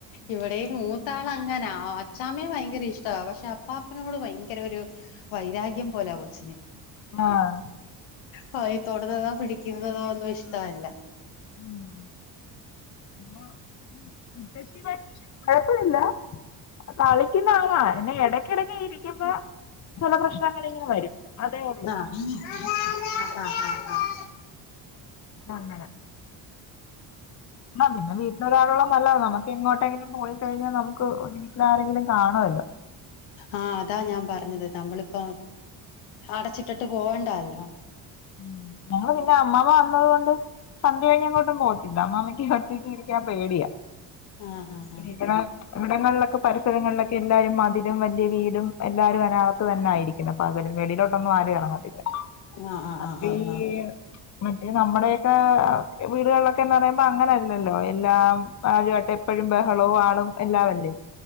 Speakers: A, on the left (about 80°); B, on the left (about 35°).
A: ഇവിടെയും ത്താളങ്ങനാ അച്ചാമ്മയെ ഭയങ്കര ഇഷ്ടവാ പക്ഷെ അപ്പാപ്പനോട് ഭയങ്കരഒരു വൈരാഗ്യം പോലാ കൊച്ചിന്
B: ആഹ്
A: ഹോയി തൊടുന്നതോ പിടിക്കുന്നതോ ഒന്നും ഇഷ്ടവല്ല
B: ഉം <unintelligible> കുഴപ്പമില്ല കളിക്കുന്നതങ്ങാ പിന്നെ എടക്കെടക്ക് ഇരിക്കുമ്പോ ചില പ്രശ്നങ്ങളിങ്ങനെ വരും. അതേയുള്ള
A: ആഹ് ആഹ്
B: അങ്ങനെ ന്ന പിന്നെ വീട്ടില് ഒരാളുള്ളത് നല്ലതാണ് നമുക്ക് എങ്ങോട്ടെങ്കിലും പോയി കഴിഞ്ഞാൽ നമുക്ക് വീട്ടില് ആരെങ്കിലും കാണുമല്ലോ
A: ആഹ് അതാ ഞാൻ പറഞ്ഞത് നമ്മളിപ്പോ അടച്ചിട്ടിട്ട് പോവേണ്ടാല്ലോ
B: ഉം ഞങ്ങള് പിന്നെ അമ്മാമ്മ വന്നത് കൊണ്ട് സന്ധ്യ കഴിഞ്ഞെങ്ങോട്ടും പോകത്തില്ല അമ്മാമ്മക്ക് ഒറ്റക്കി രിക്കാൻ പേടിയാ
A: ആഹ് ആഹ്
B: ഇവടെ ഇവിടങ്ങളിലൊക്കെ പരിസരങ്ങളിലൊക്കെ എല്ലാരും മതിലും വലിയ വീടും എല്ലാവരും അതിനകത്തു തന്നായിയിരിക്കും ഇപ്പം പകലും വെളയിലോട്ടൊന്നും ആരും ഇറങ്ങത്തില്ല
A: ആഹ് ആഹ്
B: അപ്പീ
A: ആഹ് ആഹ് ആഹ് ആഹ്
B: മറ്റേ നമ്മടെയൊക്കെ വീടുകളിലൊക്കെന്ന് അറയുമ്പോ അങ്ങനല്ലല്ലോ എല്ലാം പാചകക്കെ എപ്പഴും ബഹളവും ആളും എല്ലാവല്ലേ